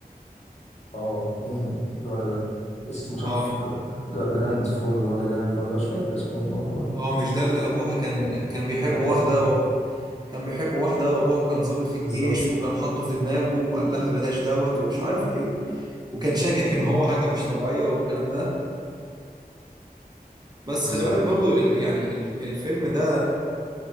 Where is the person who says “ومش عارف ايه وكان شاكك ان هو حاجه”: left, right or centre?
Right